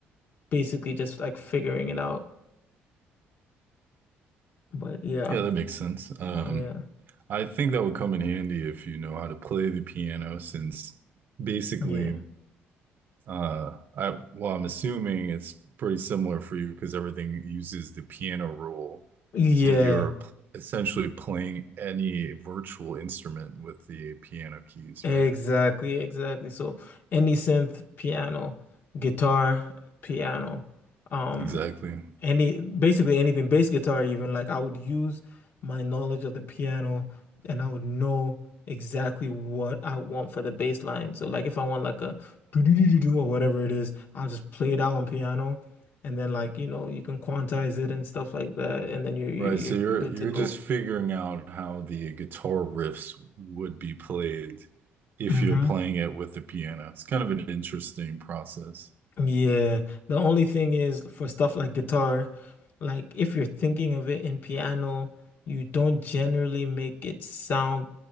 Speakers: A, on the left; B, on the right.
A: basically just like figuring it out. But yeah.
B: Yeah, that makes sense. Um,
A: Oh, yeah.
B: I think that would come in handy if you know how to play the piano since basically
A: Yeah.
B: Uh, I well, I'm assuming it's pretty similar for you because everything uses the piano rule.
A: Yeah.
B: So you're p- essentially playing any virtual instrument with the piano keys,
A: Exactly,
B: right?
A: exactly. So any synth, piano, guitar, piano, um,
B: Exactly.
A: any basically anything, bass guitar even, like I would use my knowledge of the piano and I would know exactly what I want for the bass line. So like if I want like a do-do-do-do-do or whatever it is, I'll just play it out on piano and then like, you know, you can quantize it and stuff like that, and then you're you're
B: Right,
A: you're
B: so you're
A: you're good
B: you're
A: to go.
B: just figuring out how the guitar riffs would be played if
A: Mm-hmm.
B: you're playing it with the piano. It's kind of an interesting process.
A: Yeah, the only thing is for stuff like guitar, like if you're thinking of it in piano, you don't generally make it sound